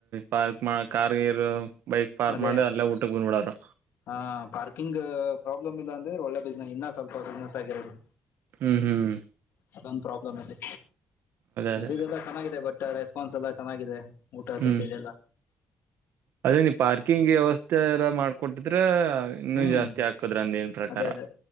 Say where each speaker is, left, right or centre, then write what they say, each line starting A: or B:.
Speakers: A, on the right; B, on the left.
A: ಪಾರ್ಕ್ ಕಾರ್ಗರು ಬೈಕ್ ಪಾರ್ಕ್
B: ಅದೇ
A: ಮಾಡಿ ಅಲ್ಲೇ ಊಟಕ್ಕೆ ಕು ಬಂದ್ಬಿಡರು
B: ಹಾ ಪಾರ್ಕಿಂಗ್ ಪ್ರಾಬ್ಲಮ್ ಇಲ್ಲ ಅಂದ್ರೆ ಒಳ್ಳೆ ಬಿಸ್ನೆಸ್ ಇನ್ನ ಸ್ವಲ್ಪ ಬಿಸ್ನೆಸ್ ಆಗಿರೋದು
A: ಹ್ಮ್ ಹ್ಮ್್ಮ
B: ಅದೊಂದು ಪ್ರಾಬ್ಲಮ್ ಅಲ್ಲಿ
A: ಅದೇ
B: ಮದದೆಲ್ಲ ಚೆನ್ನಾಗಿದೆ ಬಟ್ ರೆಸ್ಪಾನ್ಸ್ ಎಲ್ಲ ಚೆನ್ನಾಗಿದೆ ಊಟ
A: ಹ್ಮ್
B: ತಿಂಡಿದೆಲ್ಲ
A: ಅದೇ ನೀ ಪಾರ್ ಕುಕ್ಕಿಂಗ್ ವ್ಯವಸ್ಥೆ ಎಲ್ಲ ಮಾಡ್ಕೊಟ್ಟಿದ್ರೆ ಇನ್ನೂ
B: ಹ್ಮ್
A: ಜಾಸ್ತಿ ಹಾಕದ್ರ ಅಂದೇನ್ ಪ್ರಕಾರ
B: ಅದೇ ಅದೇ